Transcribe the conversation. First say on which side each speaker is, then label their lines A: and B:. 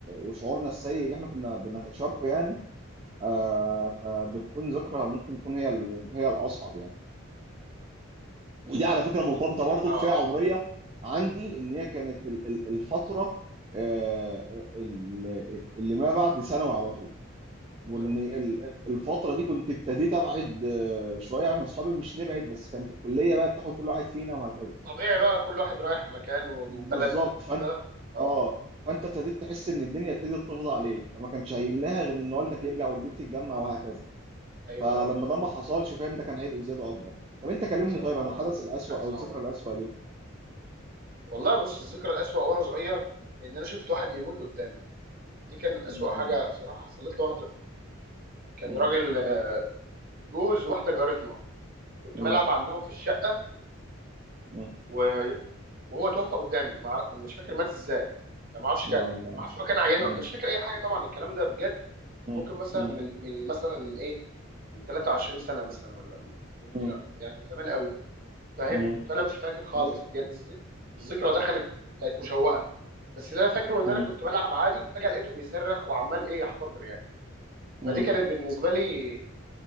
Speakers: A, on the right (about 30°); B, on the right (about 45°).
A: وشعورنا السيء اللي احنا كنا بنتشاركه يعني آه
B: مم.
A: فبتكون ذكرى ممكن تكون هي ال... هي الاصعب يعني
B: بز-
A: ودي على فكره
B: بالظبط
A: مرتبطه
B: بصراحه
A: برضو بفئه عمريه عندي ان هي كانت ال- ال- الفتره آه، ال- اللي ما بعد ثانوي على طول وان
B: مم.
A: ال- الفتره دي كنت ابتديت ابعد آه، شويه عن اصحابي مش نبعد بس كانت الكليه بقى بتاخد كل واحد فينا وهكذا
B: طبيعي بقى كل واحد رايح مكان و-
A: بالظبط
B: وبلد وكده
A: فانت
B: اه
A: اه فانت ابتديت تحس ان الدنيا ابتدت تفضى عليك فما كانش هيملاها غير ان والدك يرجع والبيت يتجمع وهكذا
B: ايوه
A: فلما
B: اه
A: ده ما حصلش فاهم ده كان عيب زياده اكبر طب انت كلمني
B: لا، بصراحه
A: طيب عن الحدث الاسوأ
B: حاجه
A: او
B: صعبه
A: الذكرى الاسوأ ليك
B: والله بص الذكرى الأسوأ وأنا صغير إن أنا شفت واحد بيموت قدامي دي كان
A: مم.
B: أسوأ حاجة بصراحة حصلت لي وأنا طفل كان
A: مم.
B: راجل آه، جوز واحدة جارتنا كنت
A: مم.
B: بلعب عندهم في الشقة
A: مم.
B: و- وهو توفى قدامي ما أعرف- مش فاكر مات إزاي يعني ما أعرفش كان
A: يا الله
B: ما أعرفش هو كان عيان
A: مم.
B: و- مش فاكر أي حاجة طبعا الكلام ده بجد
A: مم.
B: ممكن مثلا
A: مم.
B: من من مثلا من إيه من 23 سنة مثلا ولا من 2
A: مم.
B: يعني من زمان قوي فاهم
A: مم.
B: فأنا مش فاكر خالص
A: ايوه
B: بجد
A: فاهم
B: الذك-
A: مم.
B: الذكرى دخلت بقت مشوهة بس اللي انا فاكره ان
A: مم.
B: انا كنت بلعب عادي فجاه لقيته بيصرخ وعمال ايه يحتضر يعني
A: مم.
B: فدي كانت بالنسبه لي